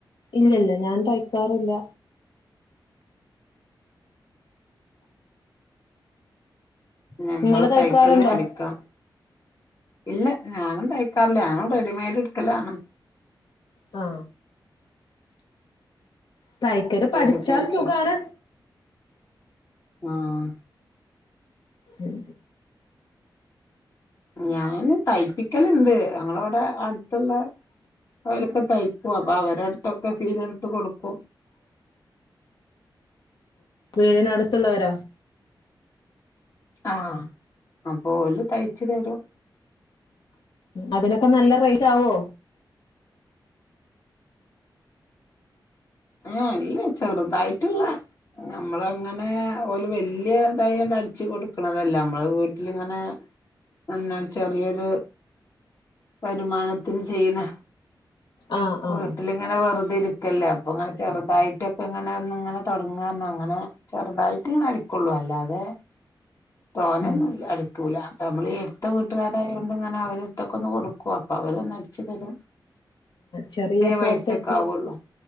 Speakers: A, on the left; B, on the left.
A: ഇല്ല ഇല്ല ഞാൻ തയ്ക്കാറില്ല
B: നമ്മള്
A: നിങ്ങള് തയ്ക്കാറുണ്ടോ
B: തൈക്കല് പഠിക്കണം ഇല്ല ഞാനും തയ്ക്കാറില്ല ഞാനും റെഡിമെയ്ഡ് എടുക്കലാണ്
A: ആ തൈക്കല്
B: റെഡിമെയ്ഡ്
A: പഠിച്ചാൽ സുഖാണ്
B: ആഹ്
A: ഉം
B: ഞാന് തയ്പ്പിക്കല്ണ്ട്. ഞങ്ങളെവടെ അടുത്തുള്ള ഓലൊക്കെ തയ്ക്കും. അപ്പൊ അവരു അടുത്തൊക്കെ സീല ഇട്ത്ത് കൊടുക്കും.
A: വീടിനടുത്തുള്ളവരോ?
B: ആഹ് അപ്പോല് തയ് ച്ച് തരോ
A: അതിനൊക്കെ നല്ല റേറ്റ് ആവോ
B: ആ ഇല്ല ചെറുതായിട്ട്ള്ള നമ്മളങ്ങനെ ഓല് വല്ല്യ ദിയി അടിച്ച് കൊടുക്കണതല്ല നമ്മള വീട്ടിലിരുന്ന് എം പിന്നെ ചെറിയൊരു വരുമാനത്തിൽ ചെയ്യണ
A: ആഹ്
B: വീട്ടിലിങ്ങനെ
A: ആഹ്
B: വെറുതെ ഇരി ക്കെല്ലാം ഓ ചെറുതായിട്ടൊക്കെ ഇങ്ങനെയൊന്ന് ഇങ്ങനെ തൊടങ്ങാന്ന് അങ്ങനെ ചെറുതായിട്ട് ഇങ്ങനെ അടികുള്ളു അല്ലാതെ തോനെന്നുംല്ല
A: ഉം
B: അടിക്കൂല നമ്മളീ എടുത്ത വീട്ട്കാരയൊണ്ട് ഇങ്ങനെ അവരിത്തൊക്കെന്ന് കൊടുക്കും അപ്പൊ അവര് വന്നഴിച്ച് തരും
A: ചെറിയ പോക്കറ്റ്
B: പൈസൊക്കെ
A: മണി
B: ആവുള്ളൂ